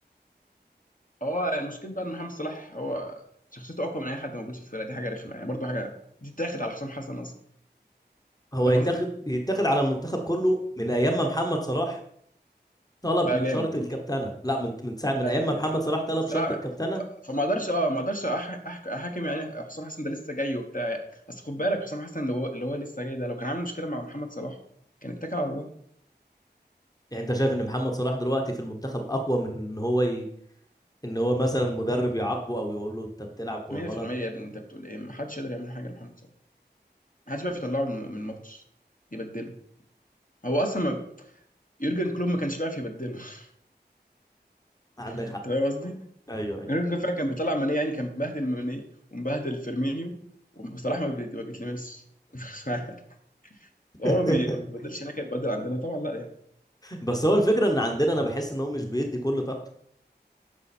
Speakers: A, on the left; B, on the left.
A: هو المشكله بقى ان محمد صلاح هو شخصيته اقوى من اي حد موجود في الفرقه دي حاجه رخمه يعني برضه حاجه دي تاخد على حسام حسن اصلا
B: هو
A: فاهم
B: يتاخد
A: قصدي
B: يتاخد على المنتخب كله من ايام ما محمد صلاح طلب
A: بقى جامد
B: شرط الكابتنه لا من من ساعه من
A: ايوه
B: ايام ما محمد
A: ايوه
B: صلاح طلب
A: الصراحه
B: شرط الكابتنه
A: ف- فما اقدرش اه ما اقدرش أح- أح- احاكم يعني حسام حسن ده لسه جاي وبتاع يعني. اصل خد بالك حسام حسن اللي هو اللي هو لسه جاي ده لو كان عامل مشكله مع محمد صلاح كان اتكل على الله
B: يعني انت شايف ان محمد صلاح دلوقتي في المنتخب اقوى من ان هو ي... ان هو مثلا مدرب يعاقبه او يقول له انت بتلعب غلط
A: 100% يا ابني انت بتقول ايه ما حدش يقدر يعمل حاجه لمحمد صلاح ما حدش بيعرف يطلعه من من الماتش يبدله هو اصلا ما... يورجن كلوب ما كانش بيعرف يبدله <laughs>
B: عندك
A: انت
B: حق
A: فاهم قصدي؟
B: ايوه ايوه
A: يورجن فعلا كان بيطلع ماني يعني كان بيبهدل ماني ومبهدل فيرمينيو وصلاح ما, بي... ما بيتلمسش <laughs> مش عارف
B: <laughs>
A: هو بي... ما بيبدلش هناك هيتبدل عندنا طبعا لا يعني.
B: بس هو الفكرة ان عندنا انا بحس ان هو مش بيدي كل طاقته